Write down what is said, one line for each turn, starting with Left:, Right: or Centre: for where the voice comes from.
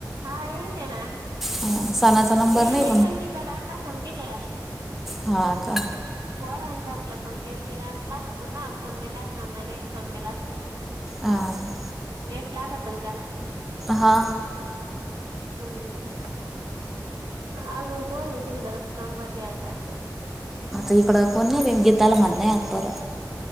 Right: हा येई लेना
Centre: हां सणाचा नंबर
Right: येल
Centre: नाही
Right: पण तिचा डाटा सं केले
Centre: हां का
Right: होर संपलात मग ते त रा ला होतो ना फोनने लागणार ना नेट संपेल असल्यावर
Centre: हा का
Right: नेट लागात त्याला
Centre: हा
Right: हम् अजुन कोण आहेत तिकडं नंबर घ्यायचारख
Centre: इकड कोणी गीताला मना आत्प